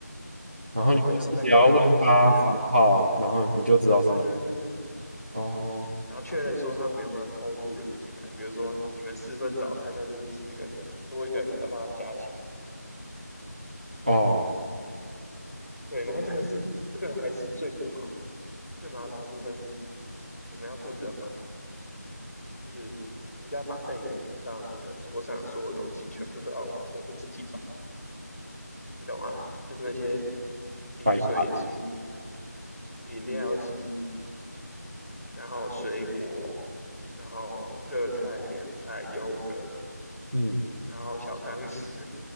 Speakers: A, on the right; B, in the centre.
A: 然后你就是只要问他房号，
B: 然后我们要在柜台确认，
A: 然后你就知道是哪。
B: 对对对对对，
A: 哦
B: 然后确认说他们有没有偷渡人进来，比如说你们四份早餐，那就是四个人，多一个人的话要加钱，
A: 哦，
B: 对，然后这个是这个还是最不麻烦，最麻烦的部分是我们要负责把就是。你在把费里面看到那个桌上所有东西，全部都要我们自己摆。你懂吗？就是那些饮水机、
A: 百块
B: 饮料机，然后水果，然后热菜、凉菜、优格，
A: 嗯，
B: 然后小汤匙，